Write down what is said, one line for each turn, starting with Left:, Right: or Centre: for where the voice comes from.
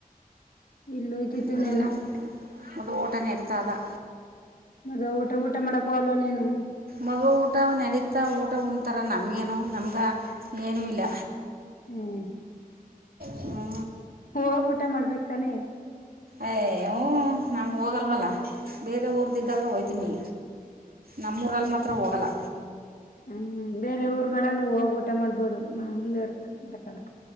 Left: ಇಲ್ಲೂ ಇಯ್ತಿತ್ತುು
Right: ಇನ್ನೇನು
Left: ನೆನ <unintelligible>
Right: ಅದು ಓಟನ ಎಡತಾದಾ
Left: ಅದ ಊಟ ಊಟ ಮಾಡಕ ಅಲ್ವನೇನು
Right: ಮಗು ಊಟ ನಡೀತಾ ಊಟ ಉಂನ್ತರೆ ನಮಗೇನು ನಮ್ಗೆ ಏನೂ ಇಲ್ಲ
Left: ಹ್ಮ್
Right: ಹ್ಞೂ
Left: ಹೋಗ ಊಟ ಮಾಡ್ಬೇಕ ತನೆ
Right: ಏ ಹು ನಮ್ಗೂಗಲ್ವಲ್ಲ <unintelligible> ಬೇರೆ ಊರುದೇಕಾದ್ರೆ
Left: ಹ್ಮ್
Right: ಹೋಗ್ತೀನಿ ನಮ್ಮೂರಲ್ಲಿ ಮಾತ್ರ ಹೋಗಲ್ಲ
Left: ಹ್ಮ್ ಬೇರೆ ಊರ್ಗಳಲ್ಲಿ ಹೋಗು ಊಟ ಮಾಡ್ಬೋದು ಮುಂದೆ ಇರುತ್ತೆ ಮೆ ಕಾಲ <unintelligible>